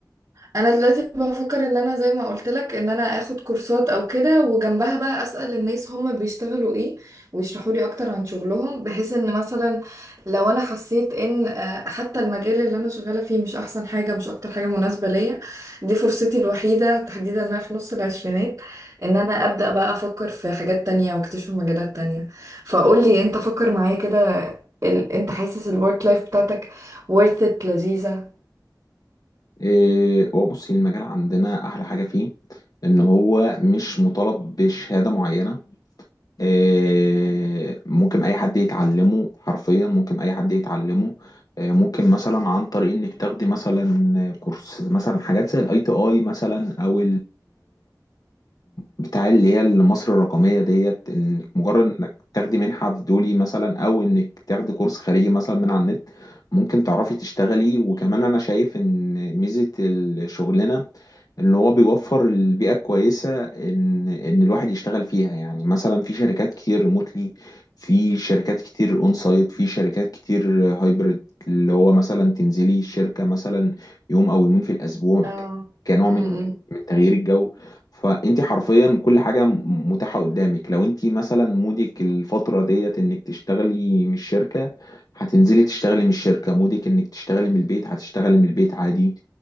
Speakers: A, on the right; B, on the left.
A: انا دلوقتي بفكر ان انا زي ما قلت لك ان انا اخد كورسات او كده وجنبها بقى اسال الناس هم بيشتغلوا ايه ويشرحوا لي اكتر عن شغلهم بحيث ان مثلا لو انا حسيت ان آه، حتى المجال اللي انا شغاله فيه مش احسن حاجه مش اكتر حاجه مناسبه ليا دي فرصتي الوحيده تحديدا إن انا في نص العشرينات ان انا ابدا بقى افكر في حاجات تانية واكتشف مجالات تانية فقول لي انت فكر معايا كده ال... انت حاسس الورك لايف بتاعتك worth it لذيذه
B: إيه، هو بصي المجال عندنا احلى حاجه فيه ان هو مش مطالب بشهاده معينه إيه، ممكن اي حد يتعلمه حرفيا ممكن اي حد يتعلمه إيه، ممكن مثلا عن طريق انك تاخدي مثلا كورس مثلا حاجات زي الاي تي اي مثلا او بتاع اللي هي مصر الرقمية ديت انك مجرد انك تاخدي منحة في دولي مثلا او انك تاخدي كورس خارجي مثلا من على النت ممكن تعرفي تشتغلي وكمان انا شايف ان ميزة الشغلانة ان هو بيوفر البيئه الكويسه ان ان الواحد يشتغل فيها يعني مثلا في شركات كتير ريموتلي في شركات كتير اون سايت في شركات كتير هايبرد اللي هو مثلا تنزلي الشركه مثلا يوم او يومين في الاسبوع
A: اه
B: ك- كنوع
A: امم
B: من من تغيير الجو فانت حرفيا كل حاجه م- متاحه قدامك لو انت مثلا مودك الفتره ديت انك تشتغلي من الشركه هتنزلي تشتغلي من الشركه مودك انك تشتغلي من البيت هتشتغلي من البيت عادي